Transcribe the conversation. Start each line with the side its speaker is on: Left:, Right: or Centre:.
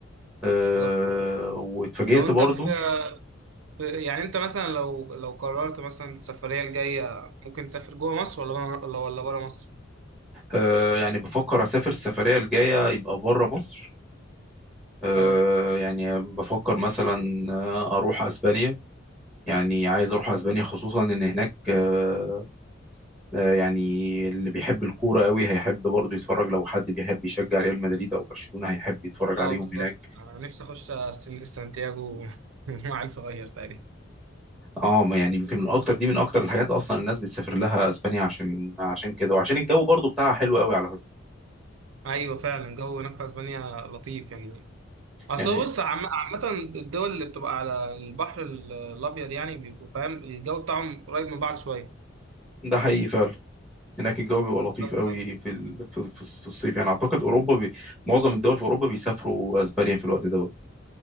Centre: أه
Right: بالظبط
Centre: واتفاجئت
Right: لو انت
Centre: برضو
Right: في في- يعني انت مثلا لو لو قررت مثلا السفرية الجاية ممكن تسافر جوه مصر ولا بره ولا بره مصر؟
Centre: أه يعني بفكر أسافر السفرية الجاية يبقى بره مصر آه،
Right: اه
Centre: يعني بفكر مثلا آه، اروح اسبانيا يعني عايز اروح اسبانيا خصوصا ان هناك آه، آه، يعني اللي بيحب الكوره قوي هيحب برضه يتفرج لو حد بيحب يشجع ريال مدريد او برشلونه هيحب يتفرج
Right: اه
Centre: عليهم
Right: بالظبط
Centre: هناك
Right: انا نفسي اخش السن- سانتياغو <laughs> مع عيل صغير تقريبا
Centre: اه ما يعني يمكن من اكتر دي من اكتر الحاجات اصلا الناس بتسافر لها اسبانيا عشان عشان كده وعشان الجو برضه بتاعها حلو قوي على فكره
Right: ايوه فعلا الجو هناك في اسبانيا لطيف يعني اصل
Centre: يعني
Right: هو بص عم- عامة الدول اللي بتبقى على البحر ال- الابيض يعني بيبقوا فاهم الجو بتاعهم قريب من بعض شوية
Centre: ده حقيقي فعلا هناك الجو بيبقى
Right: بالظبط
Centre: لطيف قوي
Right: ايوه
Centre: في ال- في في الصيف يعني اعتقد اوروبا بي معظم الدول في اوروبا بيسافروا اسبانيا في الوقت ده